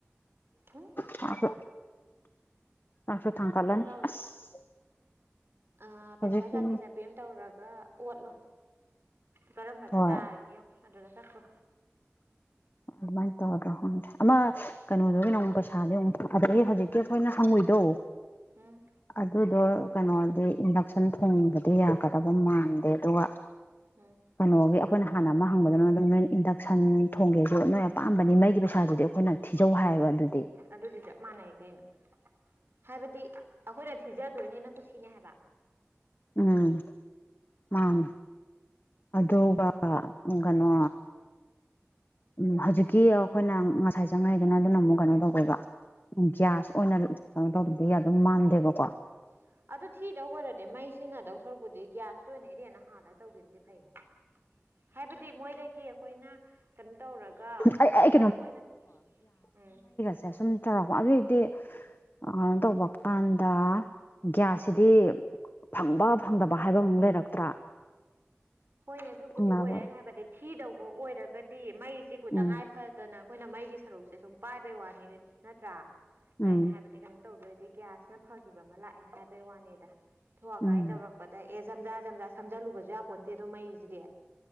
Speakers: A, on the right; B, on the left.
A: ꯎꯝ
B: ꯆꯥꯛꯁꯨ ꯆꯥꯛꯁꯨ ꯊꯥꯡ
A: ꯀꯩꯅꯣ
B: ꯀꯠꯂꯅꯤ
A: ꯇꯧꯔꯣ
B: ꯑꯁ
A: ꯑ ꯄꯩꯁꯥ
B: ꯍꯧꯖꯤꯛꯀꯤ
A: ꯆꯥꯟꯗꯤ ꯆꯄꯤ ꯑꯃ ꯇꯧꯔꯒ ꯑꯣꯠꯂꯣ ꯀꯔꯝꯕꯗ
B: ꯍꯣꯏ
A: ꯇꯥꯔꯒꯦ ꯌꯦꯡꯉꯣ ꯑꯗꯨꯗ ꯆꯠꯈ꯭ꯔꯣ
B: ꯑꯗꯨꯃꯥꯏꯟ ꯇꯧꯔꯗ꯭ꯔꯥ ꯈꯪꯗꯦ ꯑꯃ ꯀꯩꯅꯣꯗꯨꯒꯤꯅ ꯑꯃꯨꯛ ꯄꯩꯁꯥꯗꯤ ꯑꯃꯨꯛ ꯊꯥꯗ꯭ꯔꯛꯌꯦ ꯍꯧꯖꯤꯛꯀꯤ ꯑꯩꯈꯣꯏꯅ ꯍꯪꯉꯨꯢ ꯗꯣ
A: ꯎꯝ
B: ꯑꯗꯨꯗꯣ ꯀꯩꯅꯣꯗꯤ ꯏꯟꯗꯛꯁꯟ ꯊꯣꯡꯕꯗꯤ ꯌꯥꯒꯗꯕ ꯃꯥꯟꯗꯦ ꯑꯗꯨꯒ
A: ꯎꯝ ꯎꯝ
B: ꯀꯩꯅꯣꯒꯤ ꯑꯩꯈꯣꯏꯅ ꯍꯥꯟꯅ ꯑꯃ ꯍꯪꯕꯗ ꯑꯗꯨꯝ ꯅꯣꯏ ꯏꯟꯗꯛꯁꯟ ꯊꯣꯡꯒꯦꯖꯨ ꯅꯣꯏ ꯑꯄꯥꯝꯕꯅꯤ ꯃꯩꯒꯤ ꯄꯩꯁꯥꯗꯨꯗꯤ ꯑꯩꯈꯣꯏꯅ ꯊꯤꯖꯧ ꯍꯥꯏꯕ ꯑꯗꯨꯗꯤ
A: ꯑꯗꯨꯗꯤ ꯆꯞ ꯃꯥꯟꯅꯩ ꯀꯩꯅꯣ ꯍꯥꯏꯕꯗꯤ ꯑꯩꯈꯣꯏꯅ ꯊꯤꯖꯗꯣꯏꯅꯤꯅ ꯀꯨꯁꯤꯅꯦ ꯍꯥꯏꯕ
B: ꯎꯝ ꯃꯥꯅꯦ ꯑꯗꯨꯒ ꯑ ꯀꯩꯅꯣ ꯎꯝ ꯍꯧꯖꯤꯛꯀꯤ ꯑꯩꯈꯣꯏꯅ ꯉꯁꯥꯏ ꯆꯪꯉꯛꯏꯗꯨꯅ ꯑꯗꯨꯅ ꯃꯨꯛ ꯀꯩꯅꯣ ꯇꯧꯗꯣꯢꯕ ꯒ꯭ꯌꯥꯁ ꯑꯣꯏꯅ ꯀꯩꯅꯣ ꯇꯧꯗ꯭ꯔꯗꯤ ꯌꯥꯗꯧ ꯃꯥꯟꯗꯦꯕꯀꯣ
A: ꯎꯝ ꯑꯗꯨ ꯊꯤꯗꯧ ꯑꯣꯏꯔꯗꯤ ꯃꯩ ꯁꯤꯖꯤꯟꯗꯧ ꯁꯔꯨꯛꯄꯨꯗꯤ ꯒ꯭ꯌꯥꯁꯇꯨ ꯑꯣꯏꯅ ꯏꯔꯦꯟꯅ ꯍꯥꯥꯜꯂ ꯇꯧꯒꯤꯝꯅꯗꯤ ꯐꯩꯉꯣ ꯍꯥꯏꯕ ꯗꯤ ꯃꯣꯏꯗꯒꯤ ꯑꯩꯈꯣꯏꯅ ꯀꯩꯅꯣ ꯇꯧꯔꯒ
B: ꯑꯩ ꯑꯩ
A: ꯄꯩꯁꯥꯗꯣ ꯃꯣꯏꯅ ꯎꯝ
B: ꯁꯦ ꯁꯨꯝ ꯇꯧꯔꯛꯄ ꯑꯗꯨꯑꯣꯏꯗꯤ ꯀꯩꯅꯣ ꯇꯧꯕ ꯀꯥꯟꯗ ꯒ꯭ꯌꯥꯁꯁꯤꯗꯤ ꯐꯪꯕ ꯐꯪꯗꯕ ꯍꯥꯏꯕꯃꯨꯛ ꯂꯩꯔꯛꯇ꯭ꯔꯥ
A: ꯍꯣꯏꯅꯦ ꯑꯗꯨꯕꯨꯗꯤ
B: ꯐꯪꯅꯕ
A: ꯑꯣꯏꯔꯦꯅ ꯍꯥꯏꯕꯗꯤ ꯊꯤꯗꯧꯕ ꯑꯣꯏꯔꯒꯗꯤ ꯃꯩꯁꯤꯕꯨ
B: ꯎꯝ
A: ꯇꯉꯥꯏ ꯐꯗꯅ ꯑꯩꯈꯣꯏꯅ ꯃꯩꯒꯤ ꯁꯔꯨꯛꯁꯦ ꯁꯨꯝ ꯄꯥꯏꯕꯩ ꯋꯥꯅꯤ ꯅꯠꯇ꯭ꯔꯥ ꯑꯗ
B: ꯎꯝ
A: ꯑꯩꯅ ꯍꯥꯏꯕꯗꯤ ꯀꯣ ꯇꯧꯗꯣꯏꯗꯤ ꯒ꯭ꯌꯥꯁꯅ ꯐꯈꯤꯕ ꯑꯃ ꯂꯥꯛꯑꯦ ꯍꯥꯏꯕꯒꯤ ꯋꯥꯅꯤꯗ ꯊ ꯑꯀꯥꯏ
B: ꯎꯝ
A: ꯇꯧꯔꯛꯄꯗ ꯑꯦ ꯖꯝꯖꯥ ꯖꯝꯖꯥ ꯁꯝꯖꯜꯂꯨꯕꯁꯨ ꯌꯥꯄꯣꯟꯟꯇꯦ ꯑꯗꯣ ꯃꯩꯁꯤꯗꯤ